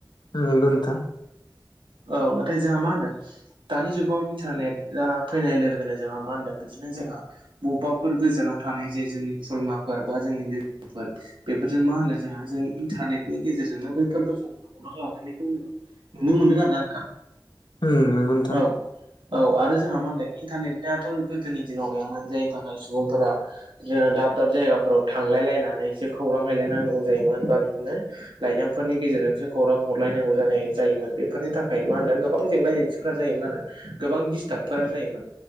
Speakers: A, on the left (about 60°); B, on the right (about 80°).
A: ओ नंगौ नोंथां
B: औ नाथाय जोंहा मा होनदों दानि जुगाव इन्टारनेट फैनाय लोगो मा होनदों बिदिनो जोंहा बबेबाफोर गोजानाव थानाय जे जोंनि खुरमाफोर बा जोंनि लोगोफोर बेफोरजों मा होनो जोंहा जों इन्टारनेटनि गेजेरजोंनो बैफोरखौ जों खौरां लालायनायखौ नुनो मोनदों आरोना नोंथां
A: उ नंगौ नोंथां
B: औ औ आरो जोंहा मा होनदों इन्टारनेटआथ' गोदोनि दिनाव गैयामोन जायनि थाखाय सुबुंफोरा जो दाब दाब जायगाफोराव थांलायलायनानै एसे खौरां हैलायनांगौ जायोमोन बा बिदिनो लाइजामफोरनि गेजेरजोंसो खौरां हरलायनांगौ जानाय जायोमोन बेफोरनि थाखाय मा होनदों गोबां जेंना जेंसि जायोमोन आरो गोबां दिडिस्टार्बफोरा जायोमोन